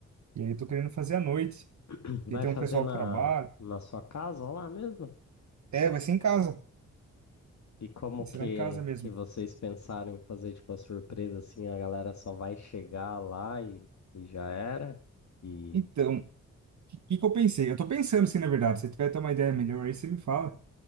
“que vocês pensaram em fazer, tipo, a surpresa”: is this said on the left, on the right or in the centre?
Left